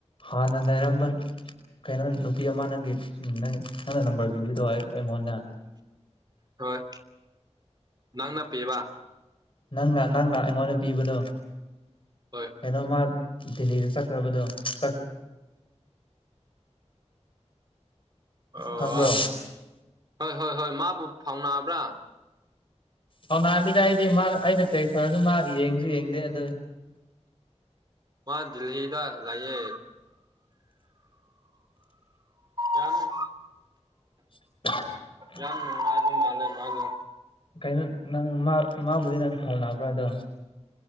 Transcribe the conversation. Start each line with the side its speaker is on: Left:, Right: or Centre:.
Left: ꯍꯥꯟꯅ ꯂꯩꯔꯝꯕ ꯀꯩꯅꯣ ꯅꯨꯄꯤ ꯑꯃ ꯅꯪꯒꯤ ꯎꯝ ꯅꯪ ꯅꯪꯅ ꯅꯝꯕꯔ ꯄꯤꯕꯗꯣ ꯑꯩ ꯑꯩꯉꯣꯟꯗ
Right: ꯍꯣꯏ ꯅꯪꯅ ꯄꯤꯕ
Left: ꯅꯪꯅ ꯅꯪꯅ ꯑꯩꯉꯣꯟꯗ ꯄꯤꯕꯗꯣ
Right: ꯍꯣꯏ
Left: ꯀꯩꯅꯣꯃ ꯗꯦꯜꯂꯤꯗ ꯆꯠꯈ꯭ꯔꯕꯗꯣ ꯆꯠ
Right: ꯑꯣ
Left: ꯈꯪꯕ꯭ꯔꯣ
Right: ꯍꯣꯏ ꯍꯣꯏ ꯍꯣꯏ ꯃꯥꯕꯨ ꯐꯥꯎꯅꯥꯕ꯭ꯔ
Left: ꯐꯥꯎꯅꯗꯦꯗ ꯑꯩꯗꯤ ꯃꯥ ꯑꯩꯩꯅ ꯇꯦꯛꯁ ꯇꯧꯔꯁꯨ ꯃꯥ ꯌꯦꯡꯁꯨ ꯌꯦꯡꯗꯦ ꯑꯗꯨ
Right: ꯃꯥ ꯗꯦꯜꯂꯤꯗ ꯂꯩꯌꯦ ꯌꯥꯅꯤ
Left: <inaudible>
Right: ꯌꯥꯝ ꯅꯨꯉꯥꯢꯕ ꯃꯥꯜꯂꯦ ꯃꯥꯗꯣ
Left: ꯀꯩꯅꯣ ꯅꯪ ꯃꯥ ꯃꯥꯕꯨꯗꯤ ꯅꯪ ꯐꯥꯎꯅꯕ꯭ꯔ ꯑꯗꯣ